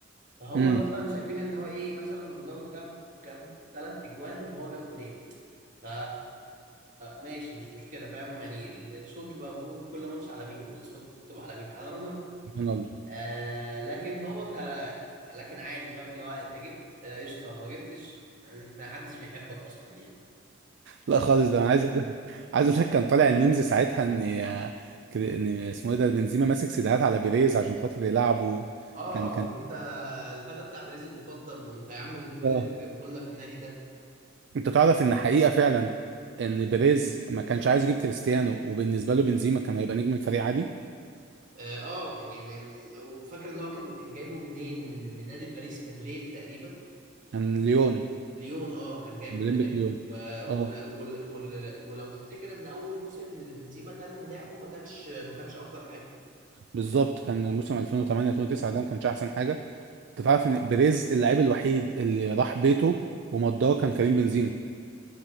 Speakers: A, on the right (about 40°); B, on the right (about 65°).
A: فهو
B: امم
A: مثلا شايفين ان هو ايه مثلا رونالدو جاب جاب ثلاث اجوان وهو جاب جونين ف ماشي مش مشكله فاهم يعني ال- الشو بيبقى موجود كل ماتش على مين والسبوت مكتوب على مين على رونالدو
B: رونالدو
A: آه لكن هو ك لكن عادي فاهم اللي هو انت جبت آه، قشطه ما جبتش انت ما حدش بيحبك اصلا يعني
B: لا خالص ده انا عايز اقول لك عايز اقول لك كان طالع الميمز ساعتها ان ان اسمه ايه ده بنزيما ماسك سيديهات على بيريز عشان خاطر يلعبه
A: اه
B: كان كان
A: وانت الفتى بتاع باريس المفضل وانت يا عم انتوا
B: اه
A: ايه اللي انتوا جايبينه لنا في النادي ده
B: انت تعرف ان حقيقة فعلا ان بيريز ما كانش عايز يجيب كريستيانو وبالنسبة له بنزيما كان هيبقى نجم الفريق عادي
A: اه آه، يعني يعني- وفاكر ان هو كان كان جايبه منين من من نادي باريس كان ليل تقريبا
B: كان ليون
A: ليون اه كان جايبه
B: اولمبيك
A: من هناك
B: ليون
A: و... و...
B: اه
A: وال- وال- ولو تفتكر ان اول موسم اللي بنزيما كان لعبه ما كانش ما كانش افضل حاجه
B: بالظبط كان موسم 2008 2009 ده ما كانش احسن حاجة انت تعرف ان بيريز اللاعب الوحيد اللي راح بيته ومضاه كان كريم بنزيما